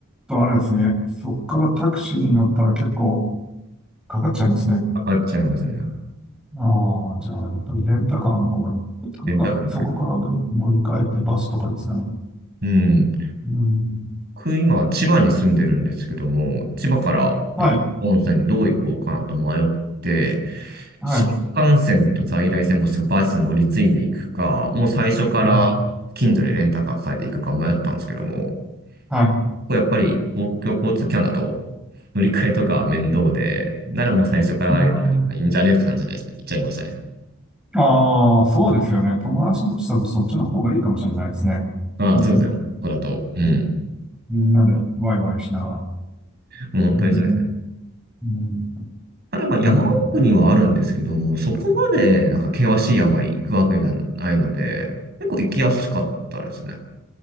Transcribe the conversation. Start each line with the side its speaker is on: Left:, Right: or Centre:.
Centre: とあれですね。そこからタクシーに乗ったら結構かかっちゃいますね。
Right: かかっちゃいますね。
Centre: ああ、じゃあやっぱりレンタカーの方がいい。というか、
Right: え、だからこれ。
Centre: そこから乗り乗り換えてバスとかですかね。
Right: うん。
Centre: うん。
Right: 僕、今、千葉に住んでるんですけども、千葉からなんか温泉にどう行こうかなと迷って、
Centre: はい。はい。
Right: 新幹線と在来線もしくはバス乗り継いでいくか、もう最初から
Centre: うん。
Right: Kindle でレンタカー借りていくか迷ったんですけども、
Centre: はい。
Right: これやっぱり公共交通機関だと乗り換えとか面倒で、ならもう最初からあれいいんじゃねって感じで行っちゃいましたね。
Centre: うん。ああ、そうですよね。友達同士だとそっちの方がいいかもしれないですね。
Right: ああ、
Centre: うん。
Right: そうですね。ここだと、うん。
Centre: うんみんなでワイワイしながら。
Right: もう本当にそれ
Centre: うん。うん。
Right: ただまあ山奥にはあるんですけども、
Centre: うん。
Right: そこまでなんか険しい山行くわけじゃないので、結構行きやすかったですね。